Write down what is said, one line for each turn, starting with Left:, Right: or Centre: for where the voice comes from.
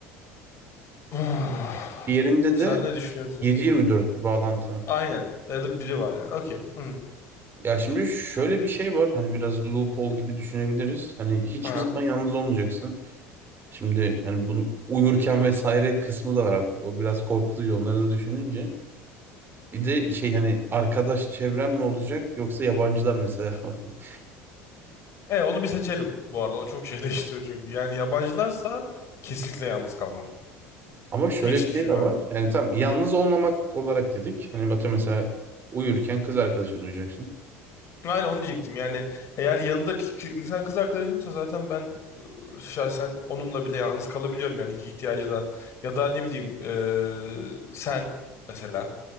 Left: Uf.
Right: Diğerinde
Left: Sen
Right: de
Left: ne düşünüyorsun?
Right: yedi yirmi dört bir bağlantı var.
Left: Aynen. Ya da biri var yani. Okey. Hı.
Right: Ya şimdi şöyle bir şey var hani biraz loophole gibi düşünebiliriz. Hani hiçbir
Left: Aha.
Right: zaman yalnız olmayacaksın. Şimdi hani bunu uyurken <laughs> vesaire kısmı da var. O biraz korkutucu onları da düşününce. Bir de şey hani arkadaş çevren mi olacak yoksa yabancılar mesela. <laughs>
Left: E onu bir seçelim bu arada. O çok şey <laughs> değiştiriyor çünkü. Yani yabancılarsa kesinlikle yalnız kalmak.
Right: Ama şöyle
Left: Hiç
Right: bir
Left: düşünmem.
Right: şey de var. Yani tam yalnız olmamak olarak dedik. Hani Batu mesela uyurken kız arkadaşını uyuyacaksın.
Left: Aynen onu diyecektim. Yani eğer yanımda ki- ki- insan kız arkadaşımsa zaten ben şahsen onunla bile yalnız kalabiliyorum yani iki ihtiyacı da. Ya da ne bileyim eee, sen mesela